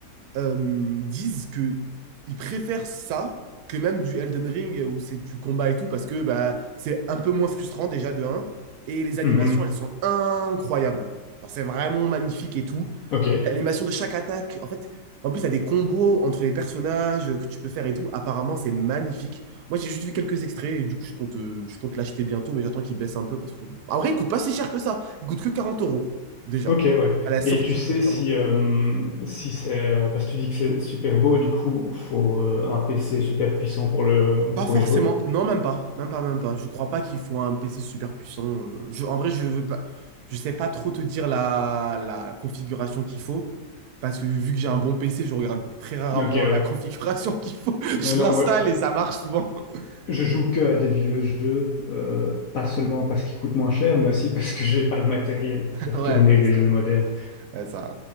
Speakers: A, on the right; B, on the left.
A: euh, disent que ils préfèrent ça que même du Elden Ring où c'est du combat et tout parce que bah c'est un peu moins frustrant déjà de un et les animations
B: Mhm.
A: elles sont incroyables. Genre, c'est vraiment magnifique et tout.
B: Ok.
A: Et l'animation de chaque attaque, en fait, en plus, il y a des combos entre les personnages que tu peux faire et tout. Apparemment, c'est magnifique. Moi, j'ai juste vu quelques extraits et du coup, je compte, euh, je compte l'acheter bientôt, mais j'attends qu'il baisse un peu parce que, bon. En vrai, il coûte pas si cher que ça. Il coûte que 40 euros, déjà.
B: Ok, ouais.
A: À la sortie,
B: Et tu sais
A: il coûte 40
B: si,
A: euros.
B: euh, si c'est. euh, Parce que tu dis que c'est super beau, du coup, faut euh, un PC super puissant pour le
A: Pas
B: pour
A: forcément.
B: y jouer.
A: Non, même pas. Même pas, même pas. Je crois pas qu'il faut un PC super puissant. Euh, Je, en vrai, je veux pas. Je sais pas trop te dire la, la configuration qu'il faut. Parce que vu que j'ai un bon PC, je regarde très rarement
B: Ok, ouais.
A: la configuration <laughs> qu'il faut. Je
B: Ah non,
A: l'installe
B: moi,
A: et ça marche souvent. <laughs>
B: Je joue que à des vieux jeux, euh, pas seulement parce qu'ils coûtent moins cher, mais aussi parce que j'ai pas le matériel pour faire
A: Ouais,
B: tourner
A: donc
B: les
A: ça,
B: jeux modernes.
A: ouais, ça.